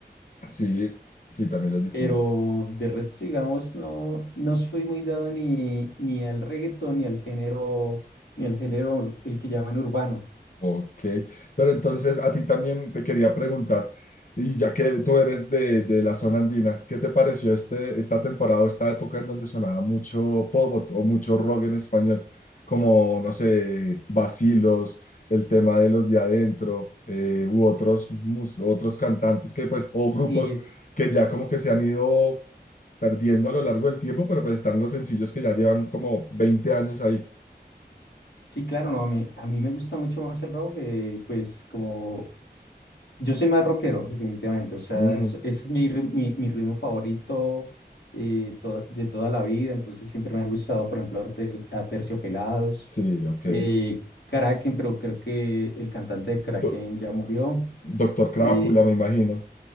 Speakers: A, on the left; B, on the left.
A: Sí, sí, también los distingo.
B: Pero de resto, digamos, no, no soy muy dado ni, ni al reggaetón, ni al género, ni al género, el que llaman urbano.
A: Ok, pero entonces a ti también te quería preguntar, y ya que tú eres de, de la zona andina, ¿qué te pareció este, esta temporada o esta época en donde sonaba mucho pop o mucho rock en español? Como, no sé, Vacilos, el tema de los de adentro, eh, u otros, mus- otros cantantes que pues, o grupos
B: Es,
A: que ya como que se han ido perdiendo a lo largo del tiempo, pero pues están los sencillos que ya llevan como veinte años ahí.
B: sí, claro, no, a mí, a mí me gusta mucho más el rock, que pues como yo soy más rockero, definitivamente. O sea,
A: Mm,
B: es- ese es mi, ri- mi, mi ritmo favorito eh, to- de toda la vida. Entonces siempre me ha gustado, por ejemplo, Arte- Aterciopelados,
A: sí, ok.
B: eh, Kraken, pero creo que el cantante de Kraken
A: Do-
B: ya murió.
A: Doctor Crápula,
B: eh,
A: me imagino.